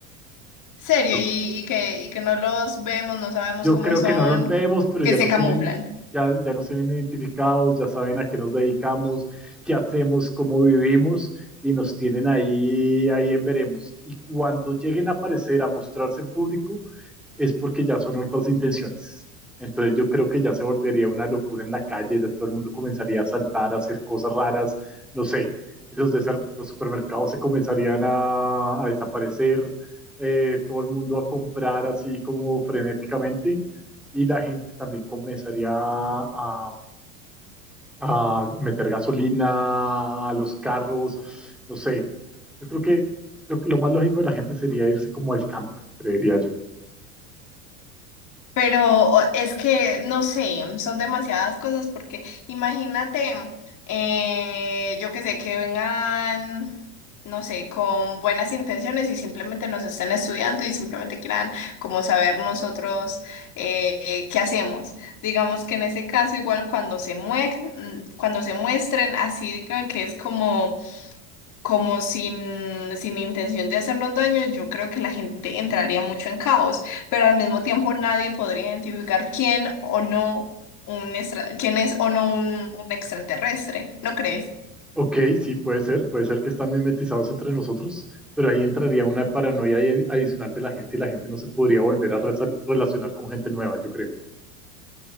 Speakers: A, on the left; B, in the centre.
A: Serio,
B: Yo,
A: y, y que, y que no los vemos, no sabemos
B: yo
A: cómo
B: creo
A: son,
B: que no los vemos, pero
A: que
B: ya
A: se
B: nos
A: camuflan.
B: tienen, ya, ya nos tienen identificados, ya saben a qué nos dedicamos, qué hacemos, cómo vivimos y nos tienen ahí, ahí en veremos. Y cuando lleguen a aparecer, a mostrarse en público, es porque ya son otras intenciones. Entonces yo creo que ya se volvería una locura en la calle, ya todo el mundo comenzaría a saltar, a hacer cosas raras, no sé, los, de los supermercados se comenzarían a, a desaparecer, eh, todo el mundo a comprar así como frenéticamente y la gente también comenzaría a, a meter gasolina a los carros, no sé, yo creo que lo, lo más lógico de la gente sería irse como al campo, creería yo.
A: Pero o- es que, no sé, son demasiadas cosas porque imagínate, eh, yo que sé, que vengan, no sé, con buenas intenciones y simplemente nos estén estudiando y simplemente quieran como saber nosotros eh, eh, qué hacemos. Digamos que en ese caso, igual cuando se mue- mm, cuando se muestren, así digan que es como como sin, sin intención de hacernos daño, yo creo que la gente entraría mucho en caos, pero al mismo tiempo nadie podría identificar quién o no un extra- quién es o no un, un extraterrestre, ¿no crees?
B: Ok, sí, puede ser, puede ser que están mimetizados entre nosotros, pero ahí entraría una paranoia ahí adicional de la gente y la gente no se podría volver a reza- relacionar con gente nueva, yo creo.